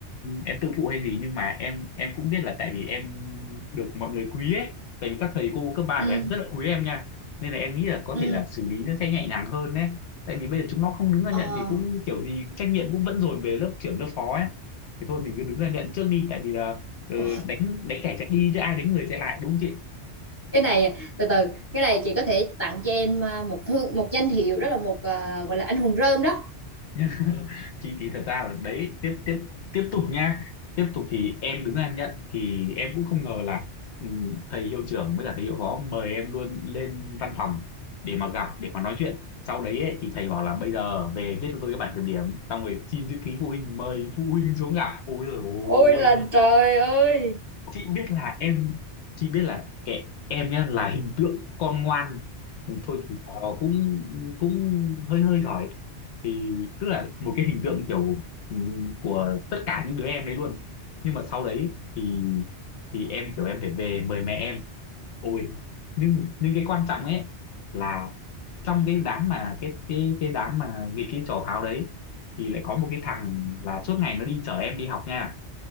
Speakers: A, on the left; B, on the left.
A: em tự phụ hay gì nhưng mà em em cũng biết là tại vì em được mọi người quý ấy tại vì các thầy cô cấp ba
B: Ừ,
A: của em rất là quý em nha nên là em nghĩ là có
B: ừ,
A: thể là xử lý nó sẽ nhẹ nhàng hơn đấy tại vì bây giờ chúng nó không đứng ra
B: ờ.
A: nhận thì cũng kiểu gì trách nhiệm cũng vẫn dồn về lớp trưởng lớp phó ấy thì thôi mình cứ đứng ra nhận trước đi tại vì là ờ,
B: Ồ,
A: đánh đánh kẻ chạy đi chứ ai đánh người chạy lại đúng không chị
B: Cái này từ từ cái này chị có thể tặng cho em à, một thương một danh hiệu đó là một à, gọi là anh hùng rơm đó.
A: <laughs> thì thì thật ra là đấy tiếp tiếp tiếp tục nha tiếp tục thì em đứng ra nhận thì em cũng không ngờ là ừ, thầy hiệu trưởng với cả thầy hiệu phó mời em luôn lên văn phòng để mà gặp để mà nói chuyện sau đấy ấy, thì thầy bảo là bây giờ về viết cho tôi cái bản kiểm điểm xong rồi xin chữ ký phụ huynh mời phụ huynh xuống gặp ôi rồi ôi
B: Ôi là trời ơi.
A: chị biết là em chị biết là kệ em nhá là hình tượng con ngoan thôi thì trò cũng cũng hơi hơi giỏi thì tức là một cái hình tượng kiểu ừ, của tất cả những đứa em đấy luôn nhưng mà sau đấy thì thì em kiểu em phải về mời mẹ em ôi nhưng nhưng cái quan trọng ấy là trong cái đám mà cái cái cái đám mà nghịch cái trò pháo đấy thì lại có một cái thằng là suốt ngày nó đi chở em đi học nha